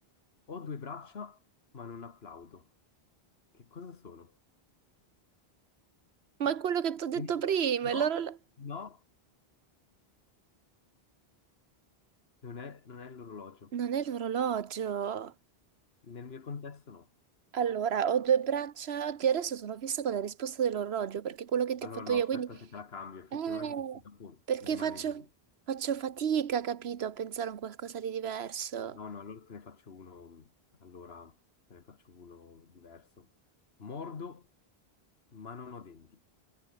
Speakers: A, on the left (about 75°); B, on the right (about 85°).
A: Ho due braccia, ma non applaudo. Che cosa sono?
B: Ma è quello che ti ho detto
A: E-
B: prima, è
A: No,
B: l'orologio.
A: no, non è, non è l'orologio.
B: Non è l'orologio.
A: Nel mio contesto no.
B: Allora, ho due braccia. Oddio, adesso sono fissa con la risposta dell'orologio perché è quello che ti
A: Allora
B: ho fatto
A: no,
B: io,
A: aspetta
B: quindi
A: che te la cambio, effettivamente
B: Eh,
A: se dopo
B: perché
A: rimane
B: faccio,
A: lì.
B: faccio fatica, capito, a pensare a un qualcosa di diverso.
A: No, no, allora te ne faccio uno, allora te ne faccio uno diverso. Mordo, ma non ho denti.